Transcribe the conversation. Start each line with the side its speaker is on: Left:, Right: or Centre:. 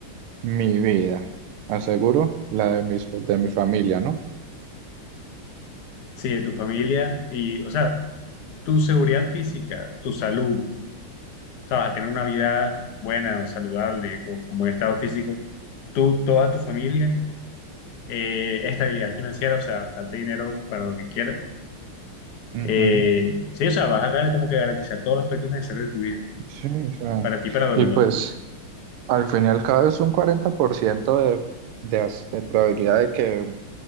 Right: mi vida. Aseguro la de mis, de mi familia, ¿no?
Left: Sí, de tu familia y, o sea, tu seguridad física, tu salud, o sea, vas a tener una vida buena o saludable, con, con buen estado físico, tú, toda tu familia, eh, estabilidad financiera, o sea, bastante dinero para lo que quieras.
Right: Ujú,
Left: Eh, sí, o sea, vas a gar- como que garantizar todos los aspectos necesarios de tu vida,
Right: Sí, o sea,
Left: para ti y para los
Right: y
Left: demás.
Right: pues al fin y al cabo es un 40% de, de, as- de probabilidad de que